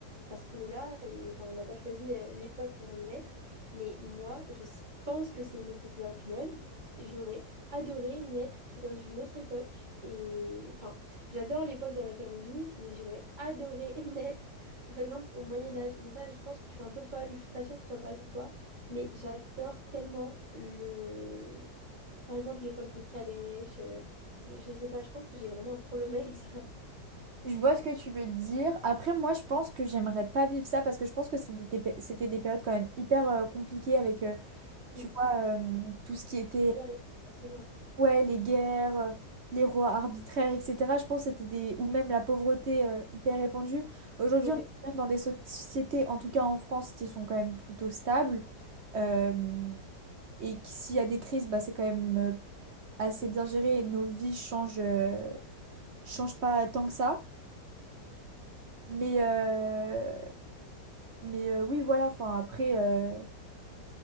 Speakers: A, on the right; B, on the right.
A: parce qu'on est là et enfin, on n'a pas choisi euh, l'époque où on allait naître. Mais moi, je pense que c'est une popular opinion. J'aurais adoré naître dans une autre époque et enfin j'adore l'époque dans laquelle on vit mais j'aurais adoré <laughs> naître par exemple au Moyen Âge mais ça je pense que je suis un peu folle je suis pas sûre que ce soit pareil pour toi mais j'adore tellement le par exemple l'époque des calèches euh, je je sais pas je pense que j'ai vraiment un problème avec ça <laughs>
B: Je vois ce que tu veux dire. Après, moi, je pense que j'aimerais pas vivre ça parce que je pense que c'était des, pé- c'était des périodes quand même hyper euh, compliquées avec, euh,
A: Oui,
B: tu vois, euh, tout ce qui était,
A: les guerres et tout forcément
B: ouais, les guerres, euh, les rois arbitraires, etc. Je pense que c'était des... ou même la pauvreté euh, hyper répandue. Aujourd'hui,
A: Ouais.
B: on est quand même dans des sociétés, en tout cas en France, qui sont quand même plutôt stables. euh, et que s'il y a des crises, bah, c'est quand même euh, assez bien géré et nos vies changent, euh, changent pas tant que ça. Mais, euh, mais euh, oui, voilà, enfin après, euh,